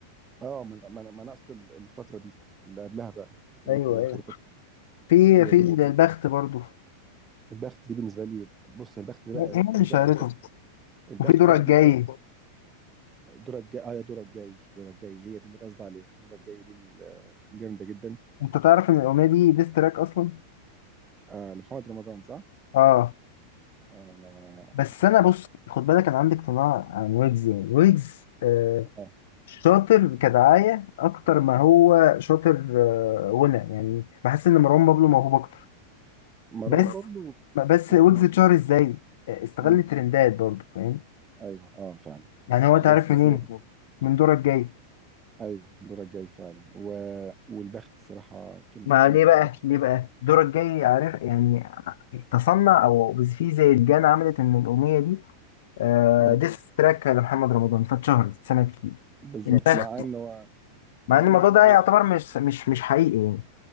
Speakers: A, on the right (about 20°); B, on the left (about 55°).
A: اه ما انا ما انا ما أنا اقصد ال- الفتره دي اللي قبلها بقى ايه
B: أيوه
A: كانوا
B: أيوه
A: حاجه
B: في
A: هي
B: في
A: دي
B: البخت برضو
A: البخت دي بالنسبه لي بص البخت ده بقى
B: هي
A: دي
B: اللي شهرته
A: بقى بدا- البخت
B: وفي دورك
A: بقى
B: جاي
A: دي بدا دورك جاي اه يا دورك جاي دورك جاي هي دي اللي قصدي عليها دورك جاي دي ال- جامده جدا
B: انت تعرف ان الاغنيه دي ديس تراك اصلا
A: آه لمحمد رمضان صح؟
B: اه
A: انا
B: بس انا بص خد بالك انا عندي اقتناع عن ويجز يعني ويجز آه
A: آه.
B: شاطر كدعايه اكتر ما هو شاطر آه غنى يعني بحس ان مروان بابلو موهوب اكتر
A: مروان
B: بس
A: بابلو
B: بس
A: م...
B: ويجز
A: م...
B: اتشهر ازاي آه، استغل
A: مم.
B: ترندات برضه فاهم
A: ايوه اه فعلا
B: يعني هو تعرف
A: بس
B: منين من دورك جاي
A: ايوه دورك جاي فعلا و... والبخت الصراحه كانت
B: ما
A: كانت
B: ليه بقى
A: مخ...
B: ليه بقى دورك جاي عارف يعني تصنع او في زي الجان عملت ان الاغنيه دي آه،
A: مم.
B: ديس تراك لمحمد رمضان فاتشهرت سنة كتير
A: بالظبط
B: البخت
A: مع
B: بالظبط
A: ان هو مع
B: مع ان
A: ان
B: الموضوع
A: مش
B: ده
A: صريحه
B: يعتبر مش مش مش حقيقي يعني